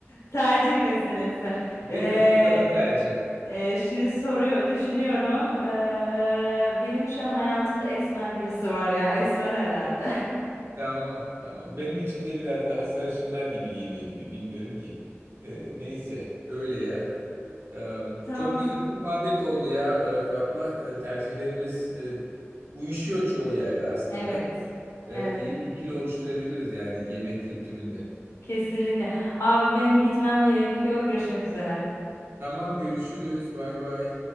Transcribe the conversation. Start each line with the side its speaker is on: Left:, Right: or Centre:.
Left: Tercih meselesi.
Right: Değil
Left: E,
Right: mi? Bu da bir tercih.
Left: Ee, şimdi soruyor, düşünüyorum. Ee, benim şu an hayatımda esmer birisi var ya. Esmer herhalde.
Right: Tamam, tamam. Benim için de biraz daha sarışınlar gibi geliyor gibi. Bilmiyorum ki. Ee, neyse, öyle ya. Ee,
Left: <laughs> Tamam.
Right: çok güzel bir muhabbet oldu ya e, Fatma. Ee, tercihlerimiz e, uyuşuyor çoğu yerde aslında.
Left: Evet.
Right: Evet,
Left: Evet.
Right: iyi bir ikili oluşturabiliriz yani yemek kültüründe.
Left: Kesinlikle. Abi benim gitmem gerekiyor. Görüşmek üzere.
Right: Tamam, görüşürüz. Bay bay.